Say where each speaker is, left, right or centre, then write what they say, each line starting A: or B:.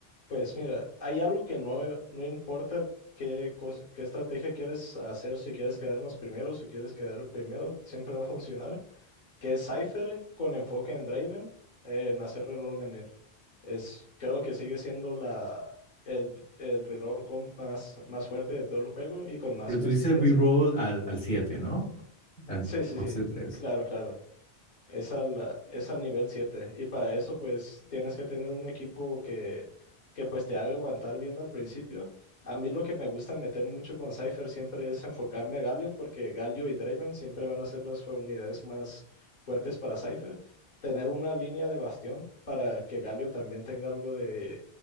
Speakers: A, on the left (about 45°); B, on the left (about 60°).
A: Pues mira, hay algo que no, no importa qué cosa, qué estrategia quieres hacer, si quieres quedarnos primero, si quieres quedar primero, siempre va a funcionar, que es Cypher con enfoque en Draven, eh, en hacer reroll en él. Es, creo que sigue siendo la, el, el reroll comp más, más fuerte de todo el juego y con más
B: Pero
A: consistencia.
B: tú dices reroll al, al 7, ¿no? Al
A: Sí, sí,
B: coste
A: sí,
B: 3.
A: claro, claro. Es al, es al nivel 7 y para eso pues tienes que tener un equipo que, que pues te haga aguantar bien al principio. A mí lo que me gusta meter mucho con Cypher siempre es enfocarme a Galio porque Galio y Draven siempre van a ser las fu- unidades más fuertes para Cypher. Tener una línea de bastión para que Galio también tenga algo de,